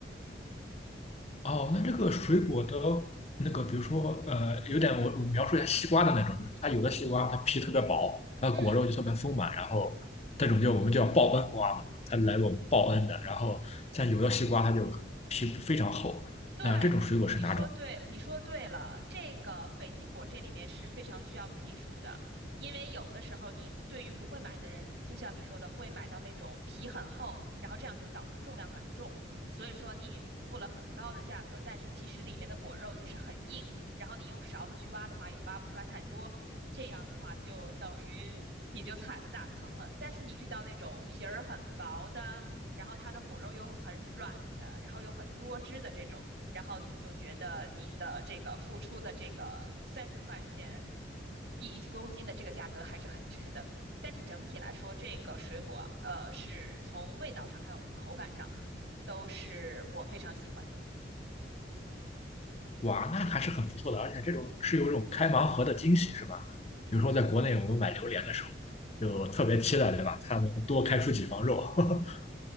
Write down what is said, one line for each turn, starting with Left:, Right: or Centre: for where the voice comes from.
Left: 哦，那这个水果的那个，比如说呃，有点我我描述一下西瓜的那种，就是它有的西瓜它皮特别薄，它果肉就特别丰满，
Right: 嗯。
Left: 然后这种叫我们叫报恩瓜嘛，它来我们报恩的。然后像有的西瓜它就可能皮非常厚，
Right: 对你，
Left: 那这种水果是哪种？
Right: 你说对了，你说对了。这个斐济果这里面是非常需要技术的，因为有的时候你对于不会买的人，你就像你说的，会买到那种皮很厚，然后这样就导致重量很重。所以说你付了很高的价格，但是其实里面的果肉就是很硬，然后你用勺子去挖的话也挖不出来太多，这样的话就等于你就踩了大坑了。但是你遇到那种皮儿很薄的，然后它的果肉又很软的，然后又很多汁的这种。然后你就觉得你的这个付出的这个三十块钱一公斤的这个价格还是很值的。但是整体来说，这个水果呃是从味道上还有口感上都是我非常喜欢的。
Left: 哇，那还是很不错的，而且这种是有一种开盲盒的惊喜，是吧？比如说在国内我们买榴莲的时候，就特别期待，对吧？它能多开出几房肉。<laughs>